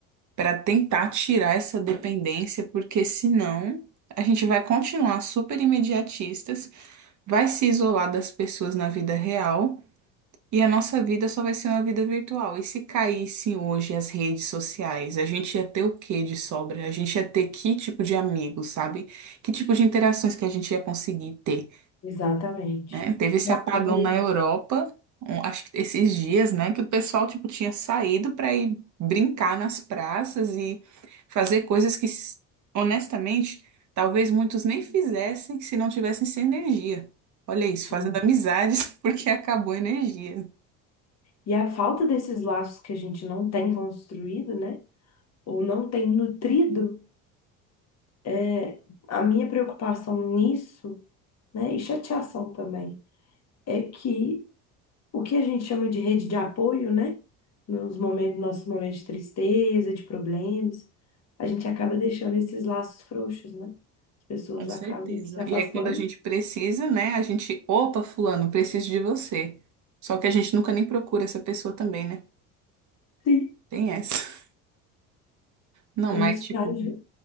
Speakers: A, on the right; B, on the left.
A: para tentar tirar essa dependência, porque senão a gente vai continuar super imediatistas, vai se isolar das pessoas na vida real e a nossa vida só vai ser uma vida virtual. E se caíssem hoje as redes sociais, a gente ia ter o que de sobra? A gente ia ter que tipo de amigos, sabe? Que tipo de interações que a gente ia conseguir ter?
B: Exatamente.
A: né? Teve esse
B: E
A: apagão
B: apoio,
A: na Europa, um- acho que esses dias, né, que o pessoal tipo tinha saído para ir brincar nas praças e fazer coisas que, s- honestamente, talvez muitos nem fizessem se não tivessem sem energia. Olha isso,
B: sim.
A: fazendo amizades <laughs> porque acabou a energia.
B: E a falta desses laços que a gente não tem construído, né? Ou não tem nutrido, é, a minha preocupação nisso. né? E chateação também. É que o que a gente chama de rede de apoio, né? Nos momentos, nossos momentos de tristeza, de problemas, a gente acaba deixando esses laços frouxos, né? As pessoas
A: Com certeza.
B: acabam se afastando.
A: E aí, quando a gente precisa, né? A gente, opa, fulano, preciso de você. Só que a gente nunca nem procura essa pessoa também, né?
B: Sim.
A: Tem essa. Não,
B: É
A: mas
B: um estágio
A: tipo,